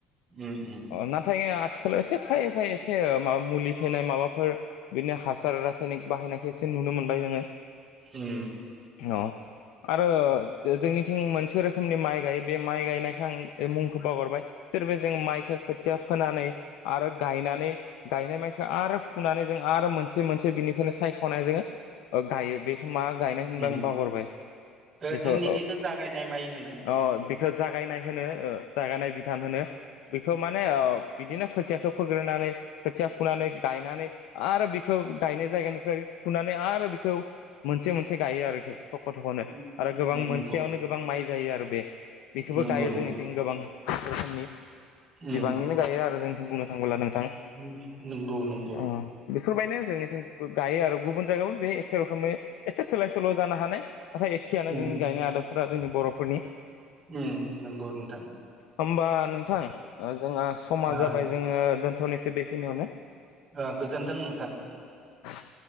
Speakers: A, on the right; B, on the left.
A: उम उम
B: अ नाथाय आथिखालाव एसे फैयै फैयै एसे माबा मुलि थैनाय माबाफोर बिदिनो हासार रासायनिक बाहायनायखौ एसे नुनो मोनबाय जोङो
A: होम
B: अ आरो जोंनिथिं मोनसे रोखोमनि माइ गायो बे माइ गायनायख आं मुंखौ बावगरबाय सोरोबा जों माइखौ खोथिया फोनानै आरो गायनानै गायनाय माइखौ आरो फुनानै जों आरो मोनसे मोनसे बिनिफ्रायनो सायख'नाय जोङो गायो बेखौ मा गायनाय होनदों
A: उम
B: आं बाहरबाय
A: ओ
B: बेखौ
A: जोंनिखिखौ जागायनाय माइ होनो
B: अ बेखौ जागायनाय होनो जागायनाय बिदान होनो बेखौ माने बिदिनो खोथियाखौ फो ग्रोनानै खोथिया फुनानै गायनानै आरो बेखौ गायनाय जायगानिफ्राय फुनानै आरो बेखौ मोनसे मोनसे गायो आरोखौ थख' थख'नो
A: उम
B: आरो गोबां
A: उम
B: मोनसेयावनो
A: नंगौ
B: गोबां माइ जायो आरो बे बेखौबो
A: नंगौ
B: गायो
A: नंगौ
B: जोंनिथिं गोबां रोखोमनि
A: उम
B: बिबांनिनो गायो आरो जों बुंनो थाङोब्ल नों थां
A: उम नंगौ नंगौ
B: अ बेफोरबायनो जोंनिथिं गायो आरो गुबुन जायगायावबो बे एखे रोखोमै एसे सोलाय सोल' जानो हानाय नाथाय एखेआनो
A: उम
B: जोंनि गायनाय आदबफोरा जोंनि बर'फोरनि
A: उम नंगौ नोंथां
B: होमबा नोंथां जोंहा समा
A: ओ
B: जाबाय जोङो दोनथ'नोसो बेखिनियावनो
A: ओ गोजोनथों नोंथां
B: <unintelligible>